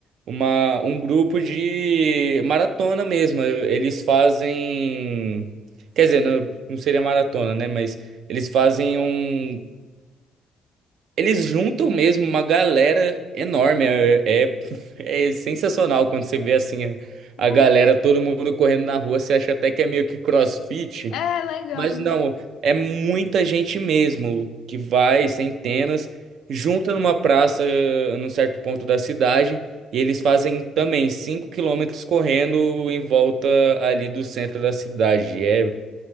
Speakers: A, on the right (about 70°); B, on the left (about 85°).
A: uma, um grupo de maratona mesmo. Eles fazem. Quer dizer, não, não seria maratona, né? Mas. Eles fazem um Eles juntam mesmo uma galera enorme. É, é, <laughs> é sensacional quando você vê assim a, a
B: Uhum.
A: galera, todo mundo correndo na rua. Você acha até que é meio que CrossFit,
B: É legal.
A: mas não, é muita gente mesmo que vai, centenas, junta numa praça eh, num certo ponto da cidade e eles fazem também 5 quilômetros correndo em volta ali do centro da cidade. É,